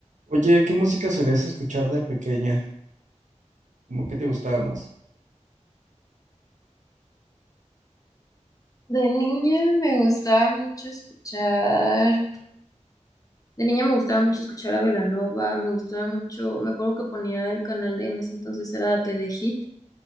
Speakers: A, on the right (about 75°); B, on the left (about 30°).
A: Oye, ¿qué música solías escuchar de pequeña? ¿Cómo que te gustaba más?
B: De niña me gustaba mucho escuchar, de niña me gustaba mucho escuchar a Belanova, me gustaba mucho, me acuerdo que ponía el canal de, en ese entonces era Telehit,